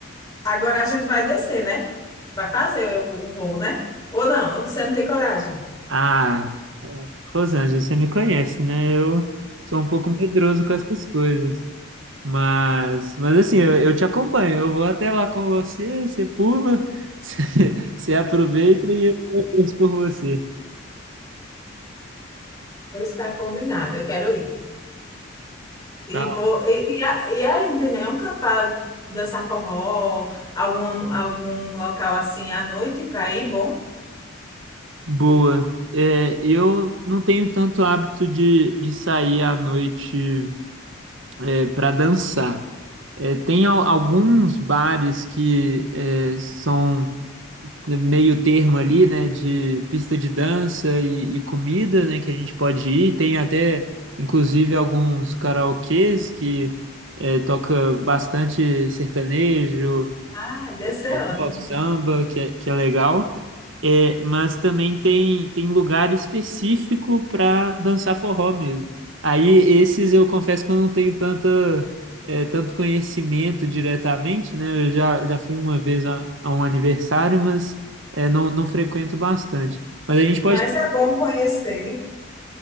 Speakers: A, on the left; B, on the right.
A: agora a gente vai descer, né? Vai fazer o o voo, né? Ou não? Você não tem coragem?
B: Ah, Rosângela, você me conhece, né? Eu sou um pouco medroso com essas coisas. Mas, mas assim, eu, eu te acompanho. Eu vou até lá com você, você pula, <laughs> você, você aproveita e eu eu torço por você.
A: Pois está combinado, eu quero ir. E,
B: Tá.
A: vou, e, e, a- e aí, não tem nenhum canto para dançar forró, alguma, algum local assim à noite para ir, bom?
B: Boa. É, eu não tenho tanto hábito de, de sair à noite é, para dançar. É, tem al- alguns bares que é, são meio termo ali, né, de pista de dança e, e comida, né, que a gente pode ir. Tem até, inclusive, alguns karaokês que eh, toca bastante sertanejo,
A: Ah, deve ser
B: forró,
A: ótimo.
B: samba, que é, que é legal, é, mas também tem, tem lugar específico para dançar forró mesmo. Aí esses eu confesso que eu não tenho tanta, é, tanto conhecimento diretamente, né? Eu já, já fui uma vez a, a um aniversário, mas é, não, não frequento bastante. Mas a gente pode.
A: Mas é bom conhecer.